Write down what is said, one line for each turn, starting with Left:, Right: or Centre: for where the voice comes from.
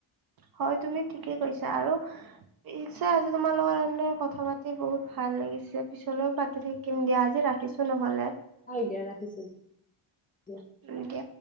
Right: হয় তুমি ঠিকে কৈছা। আৰু ঠিক আছে আজি তোমাৰ লগত এনেদৰে কথা পাতি বহুত ভাল লাগিছে, পিছলৈও পাতি থাকিম দিয়া। আজি ৰা ৰাখিছো নহ'লে
Left: আহ দিয়া ৰাখিছো দিয়া।
Right: উম দিয়া।